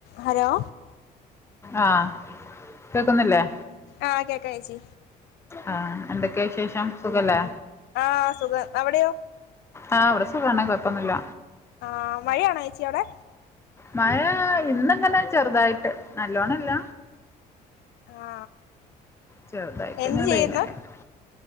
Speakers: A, on the left; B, on the left.
A: ഹലോ
B: ആ കേക്കുന്നില്ലേ?
A: ആ കേക്കാ ചേച്ചി
B: ആഹ് എന്തൊക്കെയാ വിശേഷം സുഖല്ലേ?
A: ആ സുഖം അവിടെയോ?
B: ആ അവിടെ സുഖാണ് കുഴപ്പോന്നുല്ല
A: ആ മഴയാണോച്ചി അവടെ?
B: മഴ ഇന്നിങ്ങനെ ചെറുതായിട്ട് നല്ലോണംല്ല
A: ആ
B: ചെറുതായിട്ട്ങ്ങനെ
A: എന്ത് ചെയ്യുന്നു
B: പെയ്ന കേക്ക്ണ്